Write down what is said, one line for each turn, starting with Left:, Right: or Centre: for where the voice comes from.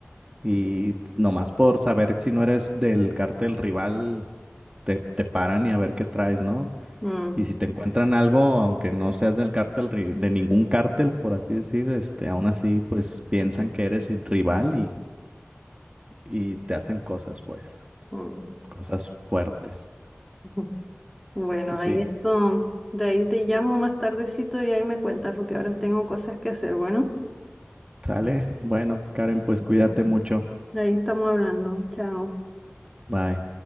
Right: y nomás por saber si no eres del cártel rival, te, te paran y a ver qué traes, ¿no?
Centre: mm,
Right: Y si te encuentran algo, aunque no seas del cártel, ri- de ningún cártel, por así decir, este, aún así, pues piensan que eres el rival y, y te hacen cosas, pues,
Centre: mm.
Right: cosas fuertes.
Centre: <laughs> Bueno,
Right: Sí,
Centre: ahí esto, de ahí te llamo más tardecito y ahí me cuentas porque ahora tengo cosas que hacer. Bueno,
Right: sale. Bueno, Karen, pues cuídate
Centre: No.
Right: mucho.
Centre: ahí estamos hablando. Chao.
Right: Bye.